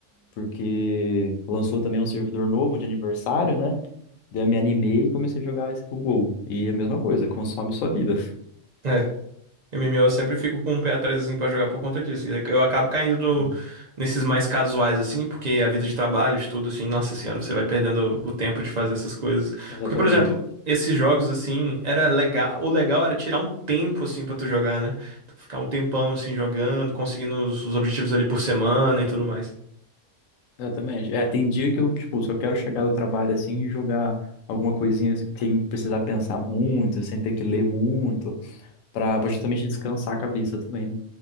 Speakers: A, on the left (about 80°); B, on the right (about 50°).
A: porque lançou também um servidor novo de aniversário, né? Daí eu me animei e comecei a jogar esse- o WoW. E é a mesma coisa, consome sua vida.
B: É. MMO eu sempre fico com um pé atrás assim pra jogar por conta disso. Eu acabo caindo no-
A: Sim,
B: nesses mais casuais assim, porque a vida de trabalho, estudo assim, nossa senhora, você vai perdendo o tempo de fazer essas coisas.
A: exatamente.
B: Porque, por exemplo, esses jogos assim, era legal, o legal era tirar um tempo assim pra tu jogar, né? Tu Ficar um tempão assim jogando, conseguindo os, os objetivos ali por semana e tudo mais.
A: Exatamente. É, tem dia que eu, tipo, só quero chegar do trabalho assim e jogar alguma coisinha assim, sem precisar pensar muito, sem ter que ler muito. Pra, pra justamente descansar a cabeça também, né?